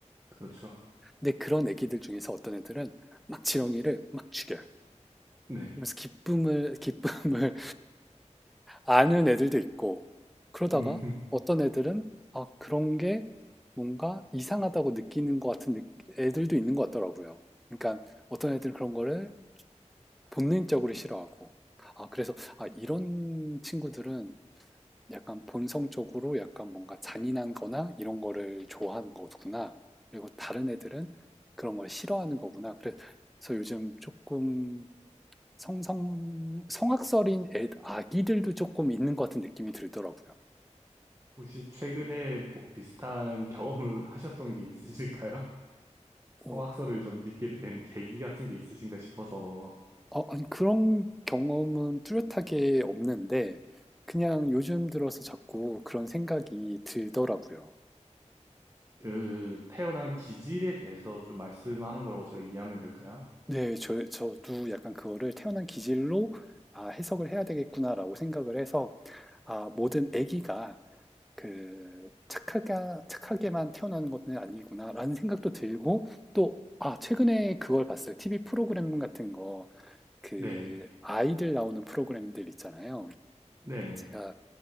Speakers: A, on the right; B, in the centre.
A: 그렇죠.
B: 근데 그런 애기들 중에서 어떤 애들은 막 지렁이를 막 죽여요.
A: 네.
B: 그러면서 기쁨을, 기쁨을 아는 애들도 있고, 그러다가
A: 음, <laughs>
B: 어떤 애들은, 아, 그런 게 뭔가 이상하다고 느끼는 것 같은 느- 애들도 있는 것 같더라고요. 그러니까 어떤 애들은 그런 거를 본능적으로 싫어하고, 아, 그래서, 아, 이런 친구들은 약간 본성적으로 약간 뭔가 잔인한 거나 이런 거를 좋아하는 거구나. 그리고 다른 애들은 그런 걸 싫어하는 거구나. 그래서 요즘 조금 성성 성악설인 애, 아기들도 조금 있는 것 같은 느낌이 들더라고요.
A: 혹시 최근에 뭐 비슷한 경험을 하셨던 게 있으실까요? 성악설을
B: 어,
A: 좀 믿게 된 계기 같은 게 있으신가 싶어서
B: 아, 아니, 그런 경험은 뚜렷하게 없는데, 그냥 요즘 들어서 자꾸 그런 생각이 들더라고요.
A: 그 태어난 기질에 대해서 좀 말씀하는 거라고 제가 이해하면 될까요?
B: 네, 저, 저도 약간 그거를 태어난 기질로, 아, 해석을 해야 되겠구나라고 생각을 해서, 아, 모든 아기가 그 착하게, 착하게만 태어나는 것은 아니구나라는 생각도 들고, 또, 아, 최근에 그걸 봤어요. TV 프로그램 같은 거, 그,
A: 네,
B: 아이들 나오는 프로그램들 있잖아요.
A: 네네.
B: 제가